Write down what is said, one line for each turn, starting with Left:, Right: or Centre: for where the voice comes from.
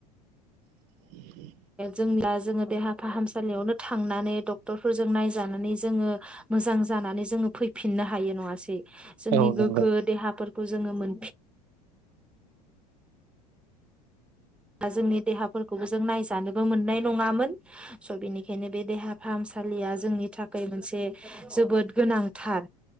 Right: <unintelligible>
Centre: जोंब्ला जोङो देहा फाहामसालियावनो थांनानै डक्टरफोरजों नायजानानै जोङो। मोजां जानानै जोङो फैफिननो हायो नङासै जोंनि
Right: औ नंगौ
Centre: गोग्गो देहाफोरखौ जोङो मोनफि दा जोंनि देहाफोरखौबो जों नायजानोबो मोननाय नङामोन स' बेनिखायनो बे देहा फाहामसालि सालिया जोंनि थाखाय मोनसे जोबोद गोनांथार